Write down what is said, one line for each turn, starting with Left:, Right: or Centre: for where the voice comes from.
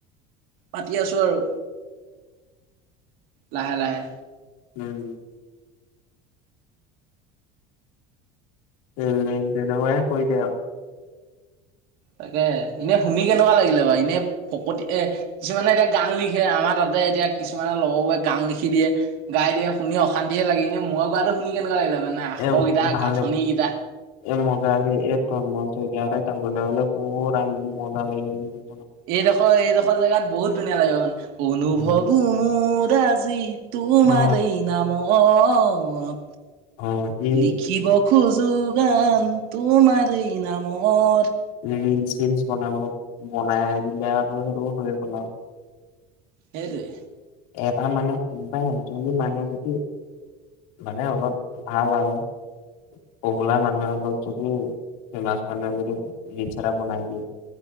Right: পাতি আছোঁ আৰু লাহে লাহে
Left: উম <unintelligible>
Right: তাকে এনে শুনি কেনেকুৱা লাগিলে বাৰু এনে ফকতি এ কিছুমানে এতিয়া গান লিখে আমাৰ তাতে এতিয়া কিছুমানে লগৰবোৰে গান লিখি দিয়ে গাই দিয়ে শুনি অশান্তিহে লাগি ননে মই গোৱাটো শুনি কেনেকুৱা লাগি য মানে আখৰকেইটা
Left: এ ভাল
Right: গাঁঠনি
Left: লাগিব।
Right: কেইটা
Left: এই মজা যে এই <unintelligible>
Right: এই ৰখ এই ৰখ জেগাত বহুত ধনীয়া লাগে ম অনুভৱো
Left: উম।
Right: মোৰ ৰাজজি তোমাৰ
Left: অ
Right: এই নামত অ
Left: অ
Right: লিখিব
Left: ই
Right: খোজো গান তোমাৰ এই নামৰ
Left: ৰিল চলচ বনাব বনাই দিলে আৰুটো সেইটো হৈ গ'ল আৰু
Right: সেইটোৱে।
Left: এটা মানুহ কোনোবাই এজনী মানুহে যদি মানে অলপ ভাল হয় পপুলাৰ মানুহে অলপ যদি ফেমাচ মানুহে যদি জীছ এটা বনাই দিয়ে